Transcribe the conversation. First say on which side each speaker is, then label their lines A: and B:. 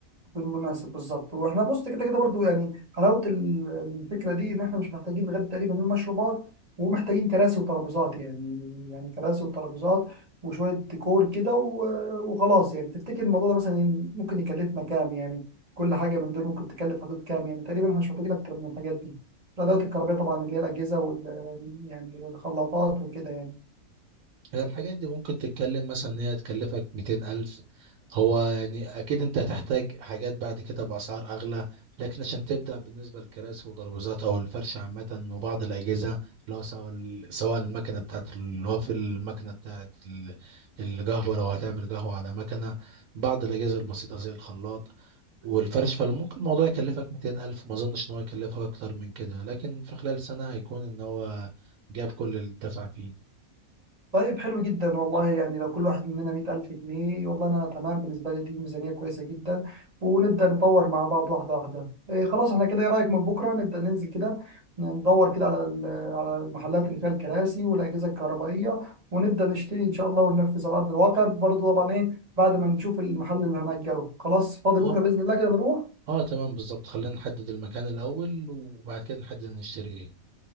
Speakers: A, on the right; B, on the right.
A: في المناسب بالظبط واحنا بص كده كده برضو يعني حلاوه ال- الفكره دي ان احنا مش محتاجين غير تقريبا المشروبات ومحتاجين كراسي وترابيزات يعني يعني كراسي وترابيزات وشويه ديكور كده و- وخلاص يعني تفتكر الموضوع ده مثلا ممكن يكلفنا كام يعني كل حاجه من دول ممكن تكلف حدود كام يعني تقريبا احنا مش محتاجين اكتر من الحاجات دي الادوات الكهربائيه طبعا اللي هي الاجهزه وال يعني الخلاطات وكده يعني
B: هي الحاجات دي ممكن تتكلم مثلا ان هي تكلفك 200000 هو يعني اكيد انت هتحتاج حاجات بعد كده باسعار اغلى لكن عشان تبدا بالنسبه للكراسي وترابيزات او الفرش عامه وبعض الاجهزه اللي هو سواء ال- سواء المكنه بتاعت الوافل المكنه بتاعت ال- القهوه لو هتعمل قهوه على مكنه بعض الاجهزه البسيطه زي الخلاط والفرش فممكن الموضوع يكلفك 200000 ما اظنش ان هو يكلفك اكتر من كده لكن في خلال سنه هيكون ان هو جاب كل اللي دفع فيه
A: طيب حلو جدا والله يعني لو كل واحد مننا 100000 جنيه والله أنا تمام بالنسبة لي دي ميزانية كويسة جدا ونبدأ نطور مع بعض واحدة واحدة إيه خلاص احنا كده إيه رأيك من بكرة نبدأ ننزل كده ندور كده على ال- على المحلات اللي فيها الكراسي والأجهزة الكهربائية ونبدأ نشتري إن شاء الله وننفذ على أرض الواقع برضه طبعا إيه بعد ما نشوف المحل اللي هنأجره خلاص فاضي بكرة
B: مم.
A: بإذن الله كده نروح
B: اه تمام بالظبط خلينا نحدد المكان الأول وبعد كده نحدد نشتري ايه